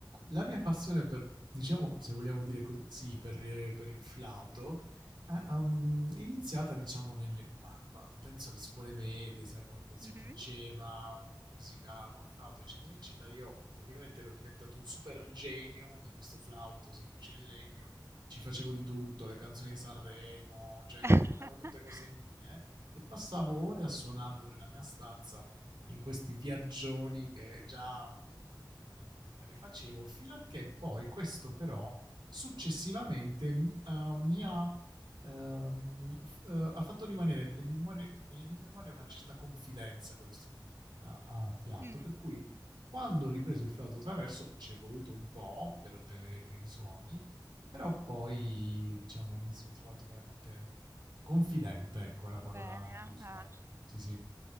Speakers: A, on the right (about 70°); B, on the right (about 35°).
A: la mia passione per, diciamo, se vogliamo dire così, per, eh, per il flauto eh, um, è iniziata, diciamo, nelle, ma- ma penso alle scuole medie, sai, quando si
B: Mhm.
A: faceva musica col flauto, eccetera, eccetera. Io praticamente ero diventato un super genio di questo flauto semplice in legno ci facevo di tutto, le canzoni di Sanremo, cioè
B: <laughs>
A: inventavo tutte cose mie e passavo ore a suonarlo nella mia stanza in questi viaggioni che già mh, alle elementari facevo, fino a che poi questo però successivamente mh, eh, mi ha, ehm, f- eh, ha fatto rimanere nelle, mie memorie- nelle mie memorie una certa confidenza con gli strumenti a fra- a fiato,
B: Mh,
A: per cui quando ho ripreso il flauto traverso ci è voluto un po' per ottenere i primi suoni, però poi, diciamo, mi sono trovato veramente confidente, ecco, è la parola
B: bene,
A: giusta.
B: ah, ah.
A: Sì, sì.